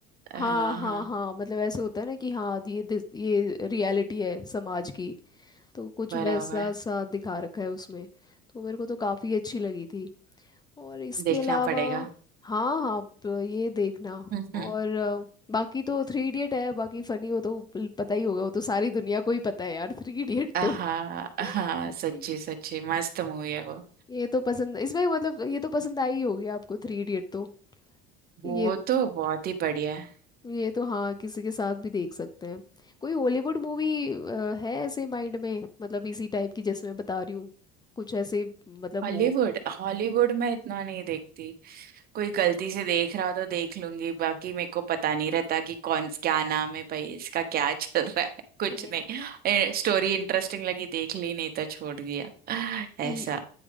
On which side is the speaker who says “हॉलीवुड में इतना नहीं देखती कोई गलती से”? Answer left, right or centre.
Right